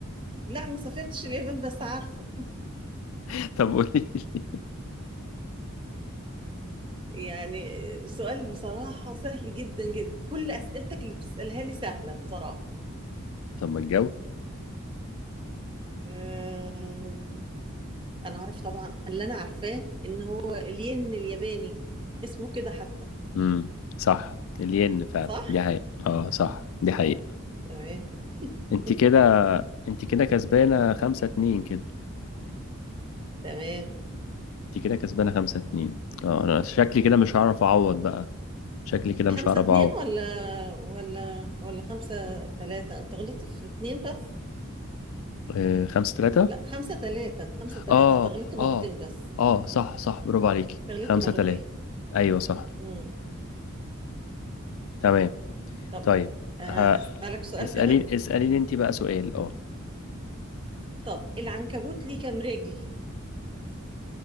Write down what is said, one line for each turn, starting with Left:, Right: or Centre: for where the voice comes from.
Right: لا ما سافرتش اليابان بس عارفه
Left: <laughs> طب قولي لي
Right: يعني سؤال بصراحه سهل جدا جدا كل اسئلتك اللي بتسالها لي سهله بصراحه
Left: طب ما تجاوب
Right: أمم، انا عارف طبعا اللي انا عارفاه ان هو الين الياباني اسمه كده حتى
Left: امم صح الين فعلا
Right: صح
Left: دي حقيقة اه صح دي حقيقة
Right: اه تمام
Left: انت
Right: <laughs>
Left: كده انت كده كسبانة خمسة اتنين كده
Right: تمام
Left: انت كده كسبانة خمسة اتنين اه انا شكلي كده مش هعرف اعوض بقى شكلي كده مش
Right: خمسة
Left: هعرف
Right: اتنين
Left: اعوض
Right: ولا ولا ولا خمسة تلاتة انت غلطت في اتنين بس
Left: اه خمسة تلاتة
Right: لا خمسة تلاتة خمسة تلاتة
Left: اه
Right: انت غلطت مرتين
Left: اه
Right: بس
Left: اه صح صح برافو عليكي
Right: انت غلطت
Left: خمسة
Right: مرتين
Left: تلاتة ايوه صح
Right: امم
Left: تمام
Right: طب
Left: طيب
Right: آه
Left: ها
Right: اسألك سؤال
Left: اسألي
Right: كمان
Left: اسأليني انت بقى سؤال اه
Right: طب العنكبوت ليه كام رجل